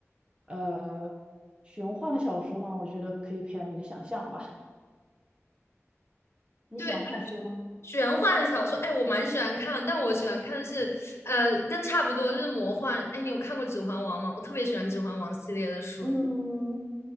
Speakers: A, on the right; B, on the left.
A: 呃玄幻的小说嘛，我觉得可以培养你的想象吧。你喜欢看书吗？
B: 对，玄幻小说，哎，我蛮喜欢看，但我喜欢看的是，呃，跟差不多就是魔幻。哎，你有看过《指环王》吗？我特别喜欢《指环王》系列的书。
A: 嗯，